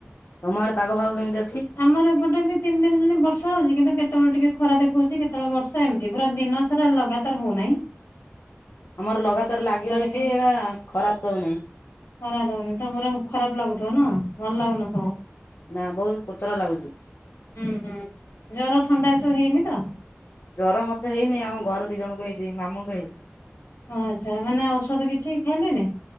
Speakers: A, on the left; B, on the left.
A: ତୋମ ଆଡେ ପାଗ ଫାଗ କେମିତି ଅଛି?
B: ଆମର ଏପଟେ ବି ତିନି ଦିନ ହେଲା ବର୍ଷା ହଉଚି କିନ୍ତୁ କେତେବେଳେ ଟିକେ ଖରା ଦେଖଉଚି କେତେବେଳେ ବର୍ଷା ଏମ ତି ପୁରା ଦିନ ସାରା ଲଗାତାର ହଉ ନାହିଁ।
A: ଆମର ଲଗାତାର ଲାଗି ରହିଚି
B: ଦେଖେଇଛି।
A: ଏକା ଖରା ଦଉ ନାଇଁ।
B: ଖରା ଦଉନି, ତୋମର ଖରାପ ଲାଗୁଥିବ ନା ଭଲ ଲାଗୁନଥିବ?
A: ନା ବହୁତ କୋତୁରା ଲାଗୁଛି।
B: ଉଁ, ହଁ ଜର ଥଣ୍ଡା ଏସବୁ ହେଇନି ତ?
A: ଜର ମତେ ହେଇନି ଆମ ଘରେ ଦି ଜଣଙ୍କୁ ହେଇଛି ମାମୁଁ ଙ୍କୁ ହେଇଛି।
B: ଓ ଆଚ୍ଛା ମାନେ ଔଷଧ କିଛି ଖାଇଲେଣି?